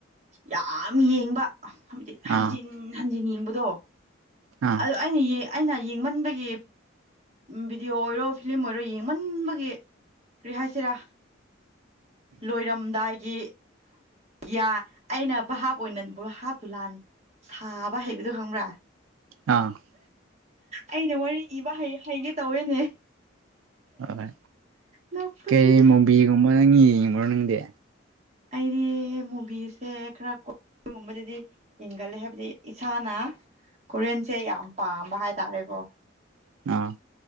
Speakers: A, on the right; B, on the right.
A: ꯌꯥꯝ ꯌꯦꯡꯕ ꯍꯥꯏꯕꯗꯤ
B: ꯑꯥ
A: ꯍꯟꯖꯤꯟ ꯍꯟꯖꯤꯟ ꯌꯦꯡꯕꯗꯣ
B: ꯑꯥ
A: ꯑꯗꯨ ꯑꯩꯅ ꯑꯩꯅ ꯌꯦꯡꯃꯟꯕꯒꯤ ꯚꯤꯗꯤꯑꯣ ꯑꯣꯏꯔꯣ ꯐꯤꯂꯝꯂꯝ ꯑꯣꯏꯔꯣ ꯌꯦꯡꯃꯟꯕꯒꯤ ꯀꯔꯤ ꯍꯥꯏꯁꯤꯔꯥ ꯂꯣꯏꯔꯝꯗꯥꯏꯒꯤ ꯌꯥꯏ ꯑꯩꯅ ꯚ ꯍꯥꯞ ꯑꯣꯏꯅ ꯍꯥꯞꯇꯣ ꯂꯥꯟ ꯁꯥꯕ ꯍꯩꯕꯗꯣ ꯈꯪꯕ꯭ꯔꯥ
B: ꯑꯥ
A: ꯑꯩꯅ ꯋꯥꯔꯤ ꯏꯕ ꯍꯩꯒꯦ ꯇꯧꯋꯦꯅꯦ
B: ꯍꯣꯏ
A: ꯅꯣꯛꯄꯁꯤꯗꯤ
B: ꯀꯩ ꯃꯣꯕꯤꯒꯨꯝꯕ ꯅꯪ ꯌꯦꯡꯉ꯭ꯔꯣ ꯅꯪꯗꯤ
A: ꯑꯩꯗꯤ ꯃꯨꯚꯤꯁꯁꯦ ꯈꯔ ꯀ ꯑꯗꯨꯒꯒꯨꯝꯕꯗꯗꯤ ꯌꯦꯡꯒꯜꯂꯦ ꯍꯥꯏꯕꯗꯤ ꯏꯁꯥꯅ ꯀꯣꯔꯤꯌꯟꯁꯦ ꯌꯥꯝ ꯄꯥꯝꯕ ꯍꯥꯏꯇꯥꯔꯦꯀꯣ
B: ꯑꯥ